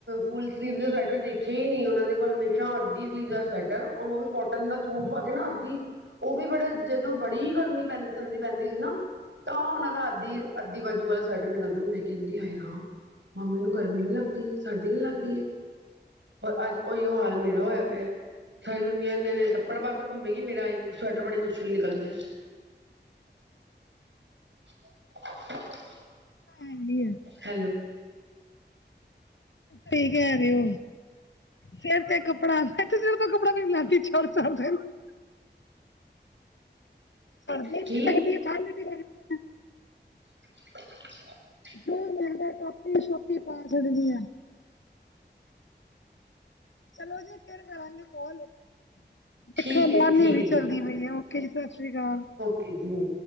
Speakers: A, on the right; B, on the left.
A: ਫੁਲ ਸਲੀਵ ਦੇ ਸਵੈਟਰ ਦੇਖੇ ਹੀ ਨਹੀਂ ਉਹਨਾਂ ਦੇ ਕੋਲ ਮੈਂ ਅਛਾ ਅੱਧੀ ਸਲੀਜ਼ਰ ਸਵੈਟਰ ਔਰ ਉਹ ਵੀ ਕੋਟਨ ਦਾ ਸੂਟ ਪਾ ਕੇ ਨਾ ਅੱਧੀ ਔ ਵੀ ਬੜੇ। ਜਦੋਂ ਬੜੀ ਗਰਮੀ ਪੈਂ, ਸਰਦੀ ਪੈਂਦੀ ਸੀ ਨਾ। ਤਾਂ ਔਨਾਂ ਦਾ ਅੱਧੀ ਅੱਧੀ ਬਾਜੂ ਵਾਲਾ ਸਵੈਟਰ ਨਿਕਲਦਾ। ਮੈ ਕੈੱਦੀ ਹਾਏ ਰਾਮ। ਮੰਮੀ ਨੂੰ ਗਰਮੀ ਨੀ, ਲੱਗਦੀ ਸਰਦੀ ਨੀ, ਲੱਗਦੀ ਹੋਰ ਅੱਜ ਔਈਯੋ ਹਾਲ। ਮੇਰਾ ਹੋਇਆ ਪਿਆ। ਸਾਰੀ ਦੁਨੀਆਂ ਇੰਨੇ ਨੇ ਕੱਪੜ ਪਾ ਕੇ ਕੁੱਮੇਗੀ ਮੇਰਾ ਇੱਕ ਸਵੈਟਰ ਬੜੀ ਮੁਸ਼ਕਿਲ ਨਿਕਲਦਾ ਐ। <unintelligible>
B: ਹਾਂਜੀ ਆ
A: ਹੈਲੋ।
B: ਸਈ ਕੈ ਰੇ ਔ, ਸੇਰ ਤੇ ਕਪੜਾ ਏਥੇ ਸੇਰ, ਤੇ ਕਪੜਾ ਕੋਈ ਨੀ ਲੈ <unintelligible> ਸਰਦੀ ਇਨੀ
A: ਕੀ
B: ਲਗਦੀ, ਠੰਡ ਇਨੀ ਲਗਦੀ।
A: <unintelligible>
B: ਜੋ ਮਿਲਦਾ ਟੋਪੀ ਸ਼ੋਪੀ ਪਾ ਛੱਡਦੀ ਆ <inaudible> ਚਲੋ ਜੇ, ਫੇਰ ਕਰਾਂਗੇ ਕਾਲ <inaudible>
A: ਠੀਕ
B: ਇਥੇ ਬਾਹਰ
A: ਹੈ
B: ਬਹੁਤ
A: ਜੀ
B: ਹਨੇਰੀ
A: ਠੀਕ ਹੈ ਜੀ
B: ਚੱਲਦੀ ਪਈ, ਓਕੇ ਜੀ ਸਤਿ ਸ੍ਰੀ ਅਕਾਲ-
A: ਕੈਸੇ ਹੋ